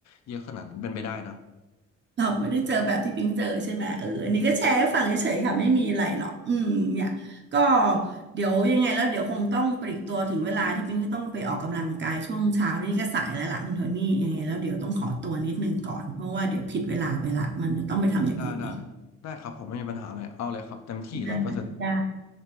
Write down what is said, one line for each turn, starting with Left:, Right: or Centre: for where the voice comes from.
Left: เยอะขนาดนั้นเป็นไปได้นะ
Right: เราไม่ได้เจอแบบที่ปิงเจอใช่ไหมเอออันนี้ก็แชร์ให้ฟังเฉยๆค่ะไม่มีอะไรหรอกอืมเนี่ยก็เดี๋ยวยังไงแล้วเดี๋ยวคงต้องปลีกตัวถึงเวลาที่ปิงก็ต้องไปออกกำลังกายช่วงเช้านี่ก็สายแล้วล่ะคุณโทนี่ยังไงแล้วเดี๋ยวต้องขอตัวนิดนึงก่อนเพราะว่าเดี๋ยวผิดเวลาไปละมันจะต้องไปทำอย่างอื่นอีก
Left: ได้ได้ได้ครับผมไม่มีปัญหาเลยเอาเลยครับเต็มที่ร้อยเปอร์เซ็นต์
Right: ได้ได้